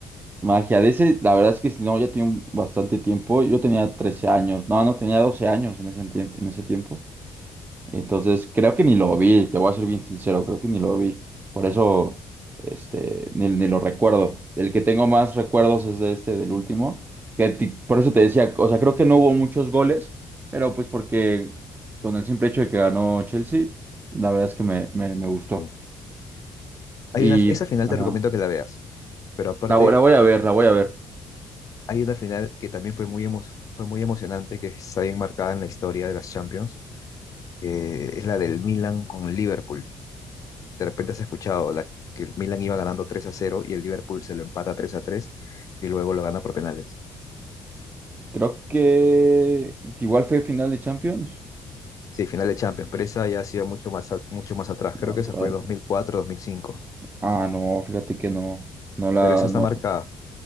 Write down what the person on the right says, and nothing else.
Magia. De ese, la verdad es que si no, ya tiene un- bastante tiempo. Yo tenía 13 años. No, no tenía 12 años en ese, entien- en ese tiempo. Entonces, creo que ni lo vi, te voy a ser bien sincero, creo que ni lo vi. Por eso, este, ni, ni lo recuerdo. Del que tengo más recuerdos es de este, del último. Que ti- por eso te decía, o sea, creo que no hubo muchos goles, pero pues porque con el simple hecho de que ganó Chelsea, la verdad es que me, me, me gustó.
Y,
ajá,
la, vo- la voy a ver, la voy a ver.
Creo que igual fue final de Champions.
Otra,
otra.
Ah, no, fíjate que no, no la,
no,